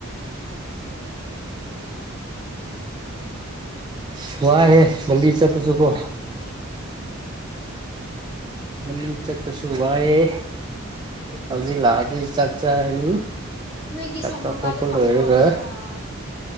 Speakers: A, on the right; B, on the left.
A: ꯏꯁ ꯋꯥꯏꯍꯦ ꯅꯪꯗꯤ ꯆꯄꯨ ꯆꯠꯄꯣ ꯃꯅꯤꯡ ꯆꯠꯄꯁꯨ ꯋꯥꯏꯌꯦ ꯍꯧꯖꯤꯛ ꯂꯥꯛꯑꯗꯤ ꯆꯥꯛ ꯆꯥꯔꯅꯤ
B: ꯅꯣꯏꯒꯤ
A: ꯆꯥꯛ
B: ꯁꯟꯗꯣ
A: ꯆꯥꯊꯣꯛꯄ
B: ꯀꯥꯏꯗ ꯊꯝꯕ꯭ꯔꯣ
A: ꯂꯣꯏꯔꯒ
B: ꯃꯨꯛ ꯑꯥ